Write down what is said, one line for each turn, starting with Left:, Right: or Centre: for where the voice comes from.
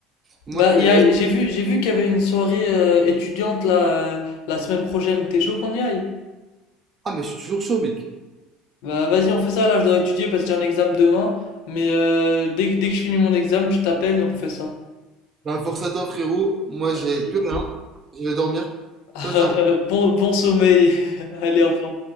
Right: Moi,
Left: Bah,
Right: c'est
Left: il y a- j'ai vu, j'ai vu qu'il y avait une soirée euh, étudiante là, euh, la semaine prochaine. T'es chaud qu'on y aille?
Right: Ah, mais je suis toujours chaud, mec.
Left: Bah, vas-y, on fait ça. Là, je dois étudier parce que j'ai un examen demain. Mais euh, dès, que- dès que je finis mon examen, je t'appelle et on fait ça.
Right: Ben, force à toi, frérot. Moi,
Left: Vas-y.
Right: j'ai plus rien. Je vais dormir.
Left: <laughs>
Right: Ciao, ciao.
Left: Bon, bon sommeil. <laughs> Allez, au revoir.